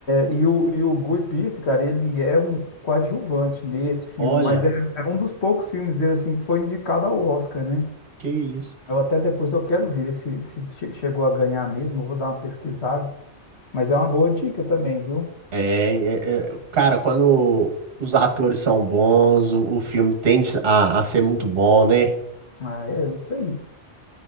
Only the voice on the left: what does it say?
E o, e o Guy Pearce, cara, ele é um coadjuvante nesse filme,
mas é, é um dos poucos filmes dele, assim, que foi indicado ao Oscar, né?
Eu até depois eu quero ver se, se che- chegou a ganhar mesmo, eu vou dar uma pesquisada, mas é uma boa dica também, viu?
Ah, é isso aí.